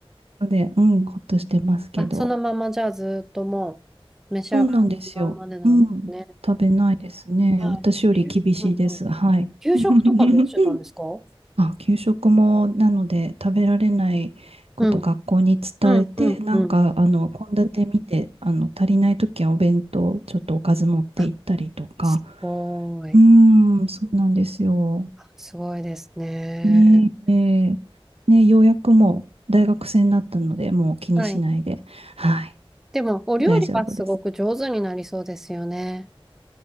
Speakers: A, on the right; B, in the centre.
A: ので、うん、ほっとしてますけど。
B: あ、そのまま、じゃあ、ずっともう、召し上がるままでなんですね。
A: そうなんですよ。うん、食べないですね。
B: はい。
A: 私より厳しいです。
B: うんうん。
A: はい。
B: 給食とかどうしてたんですかう
A: <laughs> あ、給食も、なので、食べられないこと学校に伝えて、
B: ん。うんうんうん。
A: なんか、あの、献立見て、あの、足りないときはお弁当、ちょっとおかず持って行ったりとか。
B: あ、すごい。
A: うーん、そうなんですよ。
B: あすごいですね。
A: ねえ、ねえ、ねようやくもう大学生になったので、もう気にしないで、
B: はい。
A: はい、
B: でも、お料理はすごく上手になりそうですよね。
A: 大丈夫です。